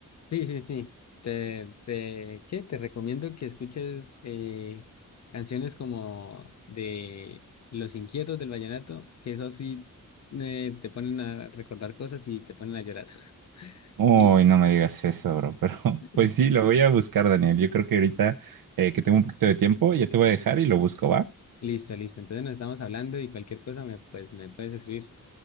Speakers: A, on the left (about 55°); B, on the right (about 80°).
A: Sí, sí, sí. Te, te, ¿qué? Te recomiendo que escuches eh, canciones como de Los Inquietos del Vallenato, que eso sí eh, te ponen a recordar cosas y te ponen a llorar.
B: Uy,
A: <laughs>
B: no me digas eso, bro, pero <laughs> pues
A: Y
B: sí, lo voy a buscar, Daniel. Yo creo que ahorita eh, que tengo un poquito de tiempo, ya te voy a dejar y lo busco, ¿va?
A: Listo, listo. Entonces nos estamos hablando y cualquier cosa me, pues, me puedes escribir.